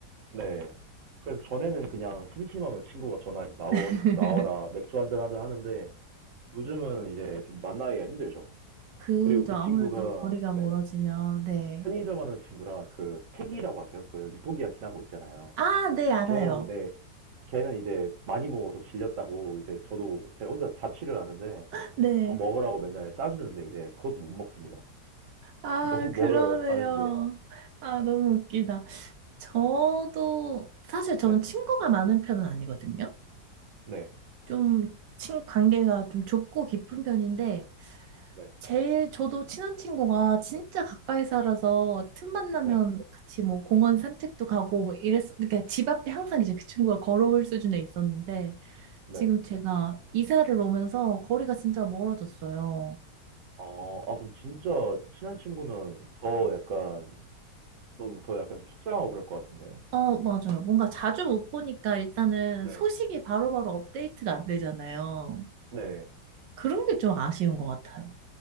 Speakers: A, on the right; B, on the right.
A: 네. 그래서 전에는 그냥 심심하면 친구가 전화해서 나오,
B: <laughs>
A: 나와라, 맥주 한잔 하자 하는데 요즘은 이제 좀 만나기가 힘들죠.
B: 그도
A: 그리고 그
B: 아무래도
A: 친구가,
B: 거리가 멀어지면,
A: 네,
B: 네.
A: 편의점 하는 친구라 그 택이라고 하세요. 그 유통기한 지난 거 있잖아요.
B: 아, 네, 알아요.
A: 그거랑, 네, 걔는 이제 많이 먹어서 질렸다고 이제 저도 제가 혼자 자취를 하는데
B: <laughs> 네.
A: 저 먹으라고 맨날 싸주는데 이제 그것도 못 먹습니다.
B: 아,
A: <laughs> 너무 멀어요,
B: 그러네요.
A: 가는 게.
B: 아, 너무 웃기다. 저도 사실 저는
A: 네,
B: 친구가 많은 편은 아니거든요.
A: 네,
B: 좀 친, 관계가 좀 좁고 깊은 편인데
A: 네,
B: 제일 저도 친한 친구가 진짜 가까이 살아서 틈만 나면
A: 네,
B: 같이 뭐 공원 산책도 가고 뭐 이랬 그러니까 집 앞에 항상 이제 그 친구가 걸어올 수준에 있었는데
A: 네.
B: 지금 제가 이사를 오면서 거리가 진짜 멀어졌어요.
A: 어, 아, 그럼 진짜 친한 친구면 더 약간, 더, 더 약간 좀 속상하고 그럴 것 같은데요.
B: 어, 맞아요. 뭔가 자주 못 보니까 일단은
A: 네.
B: 소식이 바로바로 업데이트가 안 되잖아요.
A: 네.
B: 그런 게 좀 아쉬운 것 같아요.